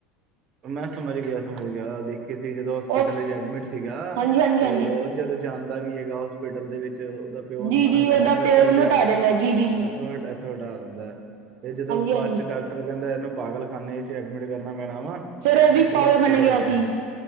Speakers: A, on the right; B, on the right.
A: ਮੈਂ ਸਮਝ ਗਿਆ, ਸਮਝ ਗਿਆ, ਦੇਖੀ ਸੀ ਜਦੋਂ ਹੋਸਪਿਟਲ
B: ਉਹ
A: 'ਚੋਂ ਐਡਮਿਟ ਸੀਗਾ
B: ਹਾਂਜੀ ਹਾਂਜੀ
A: ਤੇ
B: ਹਾਂਜੀ
A: ਉਹ ਜਦੋਂ ਜਾਂਦਾ ਵੀ ਹੈਗਾ, ਹੋਸਪੀਟਲ ਦੇ ਵਿੱਚ ਉਹਦਾ ਪਿਓ ਉਨੂੰ
B: ਜੀ
A: ਮਨਾ
B: ਜੀ
A: ਕਰ
B: ਉਹਦਾ
A: ਦਿੰਦਾ,
B: ਪਿਓ
A: ਚੱਲ
B: ਉਹਨੂੰ
A: ਜਾ
B: ਹਟਾ ਦਿੰਦਾ ਜੀ ਜੀ ਜੀ
A: ਥੋਂੜਾ ਆ ਥੋਂੜਾ ਹੁਦਾ ਤੇ ਜਦੋਂ
B: ਹਾਂਜੀ
A: ਬਾਚ
B: ਹਾਂਜੀ
A: ਡਾਕਟਰ ਕਹਿੰਦਾ, ਇਹਨੂੰ ਪਾਗਲ ਖਾਨੇ 'ਚ ਐਡਮਿਟ ਕਰਨਾ ਪੈਣਾ ਵਾ
B: ਫੇਿਰ ਉਹ
A: ਮੈਂਟਲ
B: ਵੀ, ਪਾਗਲਖਾਨੇ
A: ਹੋਸਪਿਟਲ
B: ਗਿਆ
A: ਵਿੱਚ
B: ਸੀ।